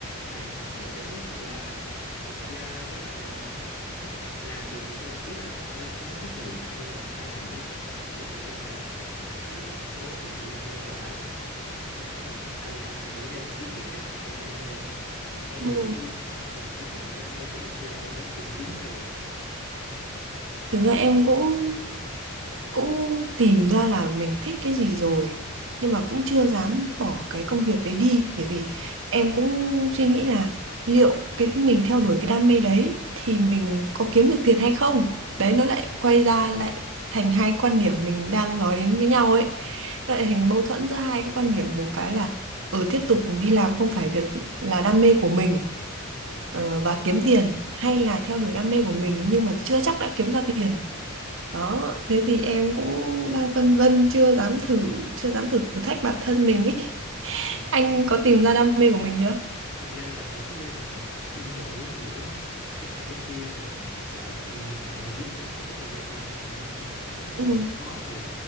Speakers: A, on the left (about 85°); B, on the right (about 60°).
A: hoàn thành ở cái mức là được giao với lại ờ, ừm, làm được thôi ý là không phải là không có trách nhiệm nhưng mà anh cũng đồng ý với em là nó thiếu một số cái sự đam mê và anh trong lúc anh làm anh vẫn đang kiếm cái ngách mà anh đam mê thì em
B: Ừ.
A: có luôn tìm kiếm cái sự đam mê của em hay là em đã tìm kiếm ra rồi
B: Thực ra em cũng cũng tìm ra là mình thích cái gì rồi nhưng mà cũng chưa dám bỏ cái công việc đấy đi bởi vì em cũng suy nghĩ là liệu cái mình theo đuổi cái đam mê đấy thì mình có kiếm được tiền hay không đấy nó lại quay ra lại thành hai quan điểm mình đang nói đến với nhau ấy nó lại thành mâu thuẫn giữa hai cái quan điểm một cái là ở tiếp tục đi làm không phải việc là đam mê của mình ờ, và
A: <laughs>
B: kiếm tiền hay là theo đuổi đam mê của mình nhưng mà chưa chắc đã kiếm ra tiền đó thế thì em cũng đang phân vân chưa dám thử chưa dám thử thách bản thân mình ấy
A: ừ.
B: anh có tìm ra đam mê của mình chưa
A: thiệt ra là ở cái giai đoạn mà chuyển đổi giữa cái này cái kia và mình sợ ừ, sợ mà bước ra khỏi cái vùng an toàn của mình đó, thì đúng là
B: Ừ.
A: giai đoạn khó thiệt